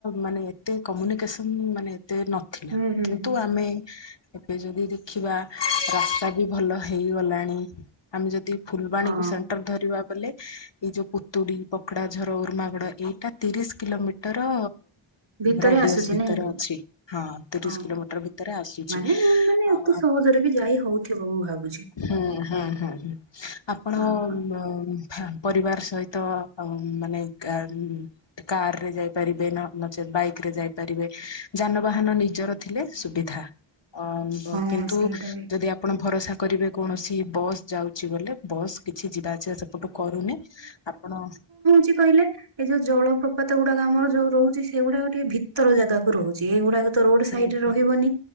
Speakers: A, on the left (about 60°); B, on the right (about 75°).
A: ମାନେ ଏତେ କମ୍ୟୁନିକେସନ ମାନେ ଏତେ ନ ଥିଲା
B: ହୁଁ ହୁଁ
A: କିନ୍ତୁ
B: ହୁଁ
A: ଆମେ
B: ହୁଁ।
A: ଏବେ ଯଦି ଦେଖିବା ରାସ୍ତା ବି ଭଲ ହେଇଗଲାଣି। ଆମେ ଯଦି ଫୁଲବାଣୀକୁ
B: ହଁ
A: ସେଣ୍ଟର ଧରିବା ବୋଲେ ଏଇ ଯୋଉ ପୁତୁଡି ପକଡା ଝର ଉର୍ମାଗଡ ଏଇଟା ତିରିଶ କିଲୋମିଟର
B: ଭିତରେ
A: ରାଡିଅସ୍
B: ଆସୁଛି
A: ଭିତରେ
B: ନାଇଁ କି ହଁ।
A: ଅଛି ହଁ ତିରିଶ
B: ହଁ।
A: କିଲୋମିଟର ଭିତରେ ଆସୁଛି।
B: ମାନେ ମାନେ
A: ଆଉ
B: ଅତି ସହଜରେ ବି ଯାଇ ହଉଥିବ ମୁଁ ଭାବୁଛି।
A: ହୁଁ ହୁଁ ହୁଁ ହୁଁ। ଆପଣ
B: ହଁ ହଁ।
A: ମଁ ପରିବାର ସହିତ ମାନେ ଗା କାର ରେ ଯାଇପାରିବେ ନ ନଚେତ୍ ବାଇକ ରେ ଯାଇପାରିବେ ଯାନବାହାନ ନିଜର ଥିଲେ ସୁବିଧା ଅ
B: ହଁ
A: କିନ୍ତୁ
B: ସେଇଟା ବି
A: ଯଦି ଆ ଆପଣ ଭରସା କରିବେ କୌଣସି ବସ୍ ଯାଉଛି ବୋଲେ ବସ୍ କିଛି ଯିବା ଆସିବା ସେପଟୁ କରୁନି ଆପଣ
B: ଚି କହିଲେ। ଏଇ ଯୋଉ ଜଳପ୍ରପାତ ଗୁଡାକ ଆମର ଯୋଉ ରହୁଛି ସେଗୁଡାକ ଟିକେ ଭିତର ଜାଗା କ ରହୁଛି। ଏଇଗୁଡାକ ରୋଡ ସାଇଡରେ
A: ହୁଁ
B: ରହିବନି
A: ହୁଁ